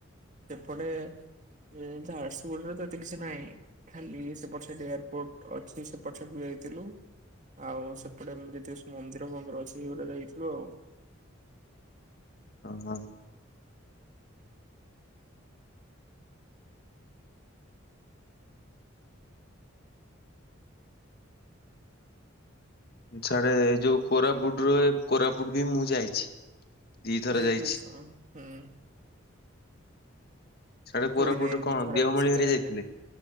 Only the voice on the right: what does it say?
ଏପଟେ ହୁଁ ଝାରସୁଗୁଡ଼ାରେ ତ ଏତେ କିଛି ନାହିଁ। ଖାଲି <unintelligible> ଏୟାରପୋର୍ଟ ଅଛି <unintelligible> ଯାଇଥିଲୁ ଆଉ ସେ ଏପଟେ ଯେତେ ସବୁ ମନ୍ଦିର ଫନ୍ଦିର ଅଛି <unintelligible> ଗୋଟେ ଯାଇଥିଲୁ ଆଉ।
<unintelligible>
ହୁଁ।
<unintelligible>
ନାଇଁ
ଖରାରେ
ଶୀତ
ଦିନେ